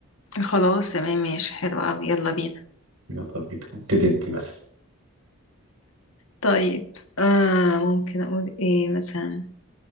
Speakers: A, on the left; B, on the right.
A: خلاص تمام ماشي حلو قوي يلا بينا
B: يلا بينا ابتدي انت مثلا
A: طيب آه ممكن اقول ايه مثلا